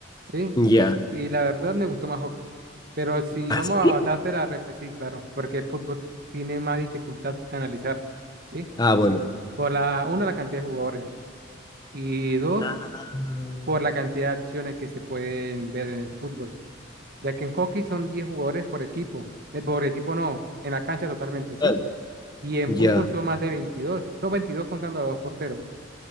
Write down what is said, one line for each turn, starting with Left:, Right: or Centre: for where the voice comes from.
Right: ¿sí?
Left: Ya.
Right: Y la verdad me gustó más hockey. Pero si
Left: ¿Ah,
Right: vamos a
Left: sí?
Right: hablar de la ref, sí, claro, porque el fútbol tiene más dificultad de analizar, ¿sí?
Left: Ah, bueno.
Right: Por la, uno la cantidad de jugadores y dos,
Left: Ah,
Right: por la cantidad de acciones que se pueden ver en el fútbol, ya que en hockey son 10 jugadores por equipo, eh, por equipo no, en la cancha totalmente, ¿sí?
Left: vale,
Right: Y en
Left: Ya.
Right: fútbol son más de veintidós son 22 contando a los dos porteros.